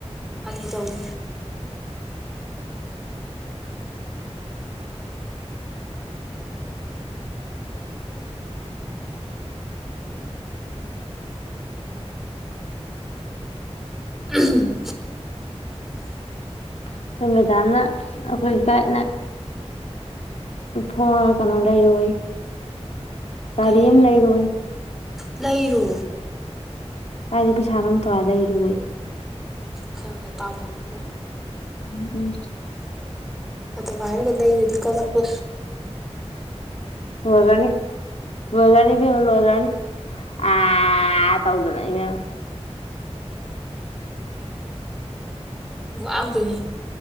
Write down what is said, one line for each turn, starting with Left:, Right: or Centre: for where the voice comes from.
Centre: ꯑ ꯇꯅꯤ ꯎꯝ
Left: ꯑꯩꯈꯣꯏ ꯃꯦꯗꯥꯝꯅ ꯑꯩꯈꯣꯏ ꯒꯥꯏꯠꯅ ꯐ ꯀꯩꯅꯣ ꯂꯩꯔ ꯇꯔꯤ
Centre: ꯀꯔꯤ
Left: ꯑꯦꯝ ꯂꯩꯔꯣꯏ
Centre: ꯂꯩꯔꯣ
Left: ꯀꯥꯏꯗꯤ ꯄꯩꯁꯥꯅ ꯑꯃ ꯊꯣꯛꯏ ꯂꯩꯔꯨꯦ
Centre: ꯈꯔ ꯇꯥꯜ ꯍꯗ
Left: ꯎꯝ ꯎꯝ
Centre: ꯑꯗ ꯃꯏꯔꯒ ꯂꯩ ꯌꯗꯤ ꯀꯂꯄ
Left: ꯋꯥꯒꯥꯅꯤ ꯋꯥꯒꯥꯅꯤ ꯏꯕ ꯍꯒꯅꯤ ꯑ ꯇꯥꯎꯗꯅ ꯏꯕꯦꯝ
Centre: ꯋꯥꯡꯗꯣꯏꯅꯦ